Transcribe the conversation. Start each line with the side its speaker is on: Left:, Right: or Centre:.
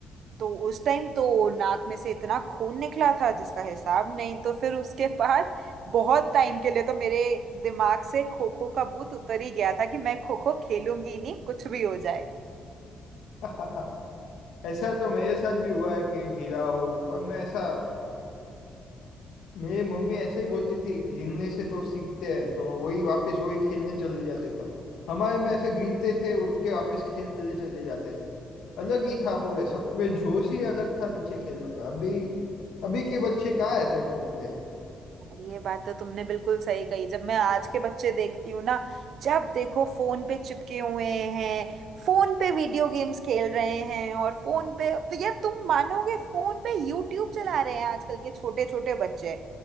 Right: तो उस टाइम तो नाक में से इतना खून निकला था जिसका हिसाब नहीं तो फिर उसके बाद बहुत टाइम के लिए तो मेरे दिमाग से खो खो का भूत उतर ही गया था कि मैं खो खो खेलूंगी ही नहीं कुछ भी हो जाए
Left: <laughs> ऐसा तो मेरे साथ भी हुआ है कि गिरा हो पर मैं ऐसा मेरी मम्मी ऐसे ही बोलती थी गिरने से तो सीखते हैं तो वही वापस वही खेलने चले जाते था हमारे में ऐसे गिरते थे उठ के वापस खेलने चले जाते थे अलग ही था पूरे सब पे जोश ही अलग था नीचे खेलने का अभी अभी के बच्चे कहाँ ऐसे खेलते हैं
Right: ये बात तो तुमने बिल्कुल सही कही जब मैं आज के बच्चे देखती हूँ ना जब देखो फोन पे चिपके हुए हैं फोन पे वीडियो गेम्स खेल रहे हैं और फोन पे तो यार तुम मानोगे फोन पे यूट्यूब चला रहे हैं आजकल के छोटे छोटे बच्चे